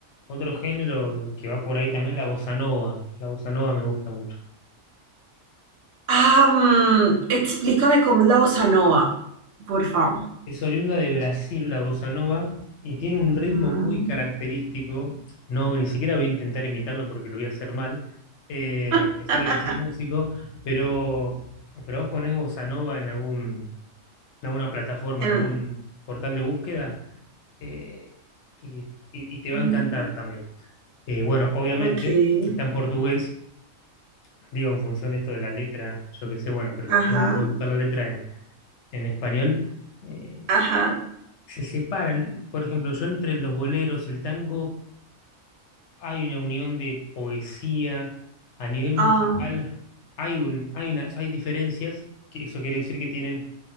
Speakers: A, on the left (about 65°); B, on the right (about 65°).
A: otro género que va por ahí también, la bossa nova. La bossa nova me gusta mucho.
B: Ah, mm, explícame cómo es la bossa nova, por favor.
A: Es oriunda de Brasil, la bossa nova, y tiene un ritmo
B: Mm.
A: muy característico. No, ni siquiera voy a intentar imitarlo porque lo voy a hacer mal, eh,
B: <laughs>
A: a pesar de que soy músico, pero, pero vos ponés bossa nova en algún, en alguna plataforma,
B: En-
A: en algún portal de búsqueda, eh, y, y- y te va
B: mm,
A: a encantar también. Eh, bueno, obviamente
B: ok.
A: está en portugués, digo, en función de esto de la letra, yo qué sé, bueno, pero lo
B: Ajá,
A: puedes, puedes buscar la letra en, en español. eh,
B: ajá,
A: se separan, por ejemplo, yo entre los boleros, el tango, hay una unión de poesía, a nivel musical
B: ah,
A: hay, un, hay, una- hay diferencias, que eso quiere decir que tienen